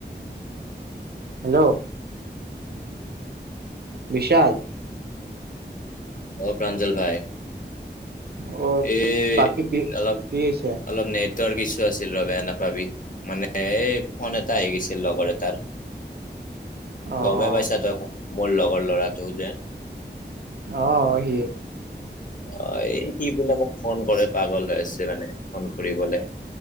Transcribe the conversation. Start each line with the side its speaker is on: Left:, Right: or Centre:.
Right: হেল্ল' বিশশাল
Left: অ প্ৰাঞ্জল ভাই
Right: অ
Left: এই
Right: বাকী বি
Left: অলপ
Right: কি হৈছে
Left: অলপ ন তৰ কিছু আছিল ৰ বেয়া নাপাবি মানে এই ফোন এটা আহ গৈছিল লগৰ এটাৰ
Right: <unintelligible> অ
Left: গমেই
Right: অ
Left: পাইছা তই মোৰ লগৰ ল'ৰাটো যে
Right: অ স
Left: অ এই স বোলে ফোন কৰে পাগল হৈ আ হৈছে মানে ফোন কৰিবলে